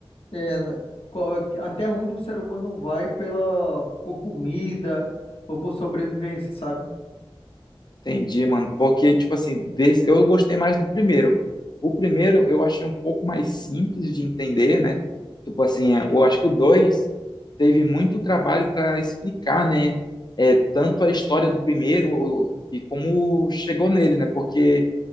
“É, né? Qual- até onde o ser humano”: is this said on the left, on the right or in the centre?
Left